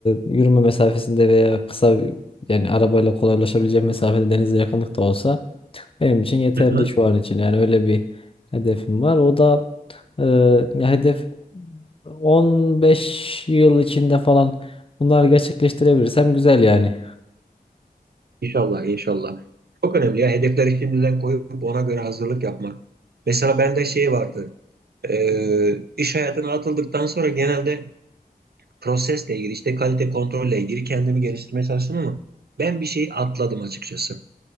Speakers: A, on the left; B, on the right.
A: yürüme mesafesinde veya kısa bir- yani arabayla kolaylaşabileceğim mesafede denize yakınlıkta olsa benim için yeterli
B: Hı hı.
A: şu an için. Yani öyle bir hedefim var. O da e, ya hedef 15 yıl içinde falan bunları gerçekleştirebilirsem güzel yani.
B: İnşallah, inşallah. Çok önemli ya. Hedefleri şimdiden koyup ona göre hazırlık yapmak. Mesela bende şey vardı. Ee, iş hayatına atıldıktan sonra genelde prosesle ilgili, işte kalite kontrolle ilgili kendimi geliştirmeye çalıştım ama ben bir şey atladım açıkçası.